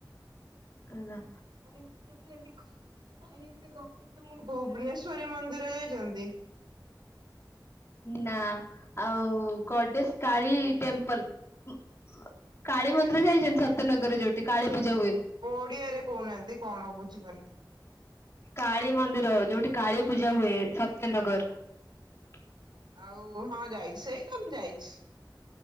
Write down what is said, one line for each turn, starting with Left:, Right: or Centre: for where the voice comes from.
Left: ଏଲା
Right: <unintelligible> ଭୁବନେଶ୍ଵରୀ ମନ୍ଦିର ଯାଇଚନ୍ତି?
Left: ନା ଆଉ ଗଡେଶ କାଳୀ ଟେମ୍ପଲ ଉଁ, ଉଏ-କାଳୀ ମନ୍ଦିର ଯାଇଚନ୍ତି? ସତ୍ୟନଗରରେ ଯୋଉଠି କାଳୀ ପୂଜା ହୁଏ।
Right: ଓଡିଆରେ କହୁନାହାନ୍ତି କଣ ବୁଝିପାରିବି।
Left: କାଳୀ ମନ୍ଦିର ଯୋଉଠି କାଳୀ ପୂଜା ହୁଏ ସତ୍ୟନଗର।
Right: ଆଉ ହଁ ଯାଇଛି ସେଇ ଟା ଯାଇଛି।